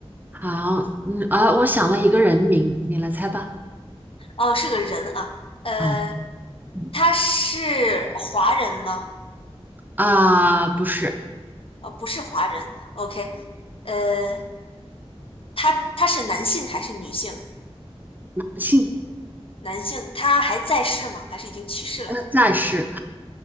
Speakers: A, on the right (about 15°); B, on the left (about 60°).
A: 好，嗯啊，我想了一个人名，你来猜吧。
B: 哦，是个人啊，呃，
A: 啊嗯
B: 他是华人吗？
A: 啊，不是。
B: 呃，不是华人。OK，呃，他他是男性还是女性？
A: 姓。
B: 男性，他还在世吗？还是已经去世了的？
A: 呃，暂时，